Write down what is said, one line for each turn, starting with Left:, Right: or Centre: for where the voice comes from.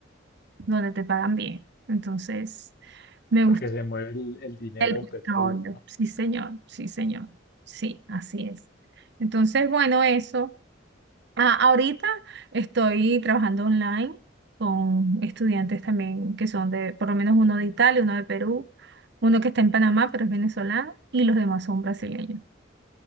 Right: donde te pagan bien. Entonces... Me
Left: porque
Right: gusta
Left: se mueve el, el dinero
Right: el
Left: del
Right: petróleo,
Left: petróleo, ¿no?
Right: sí señor, sí señor, sí, así es. Entonces, bueno, eso. Ah, ahorita estoy trabajando online con estudiantes también que son de, por lo menos uno de Italia, uno de Perú, uno que está en Panamá, pero es venezolano, y los demás son brasileños.